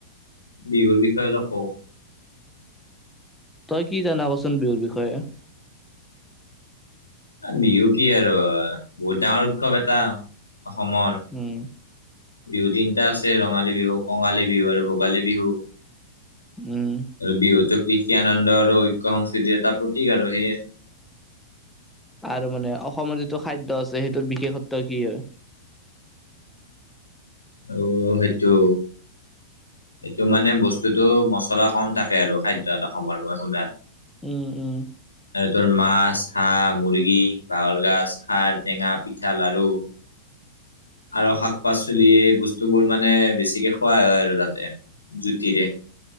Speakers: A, on the left; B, in the centre.
A: বিহুৰ বিষয়ে অলপ কওঁক
B: তই কি জানা ক চোন বিহুৰ বিষয়ে
A: বিহু কি আৰু বহুত ডাঙৰ উৎসৱ এটা অসমৰ
B: উম
A: বিহু তিনটা আছে ৰঙালী বিহু কঙালী বিহু আৰু ভোগালী বিহু
B: উম
A: বিহুটো কৃষি আনন্দ আৰু ঐক্য সংস্কৃতিৰ এটা প্ৰতীক আৰু সেয়ে
B: আৰু মানে অসমৰ যিটো খাদ্য আছে সেইটোৰ বিশেষত্ব কি হয়
A: অ সেইটো এইটো মানে বস্তুটো মচলা কম থাকে আৰু খাদ্য অসমৰ মই শুনাত
B: উম উম
A: আৰু তোৰ মাছ হাঁহ মুৰ্গী বাহৰ গাছ খাৰ টেঙা পিঠা লাৰু আৰু শাক পাচলি এই বস্তু বোৰ মানে বেছিকে খোৱা হয় আৰু তাতে জুতিৰে